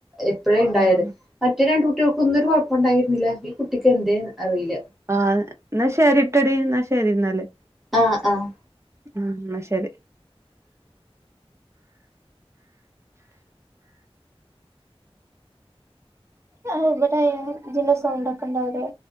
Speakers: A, in the centre; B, on the right.
A: ഇപ്പഴേ ഇണ്ടായത്
B: ആഹ്
A: മറ്റേ രണ്ട് കുട്ട്യൾക്കൊന്നും ഒരു കൊഴപ്പുണ്ടായിരുന്നില്ല ഈ കുട്ടിക്ക് എന്തേന്ന് അറിയില്ല.
B: ആഹ് ന്നാ ശരിട്ടടി ന്നാ ശരി ന്നാല്.
A: ആഹ് ആഹ്
B: ഉം ന്നാ ശരി. ആഹ് ഇവടെ ആയ ഇതിന്റെ സൗണ്ട് ക്കെ ഉണ്ടോ അഒടെ?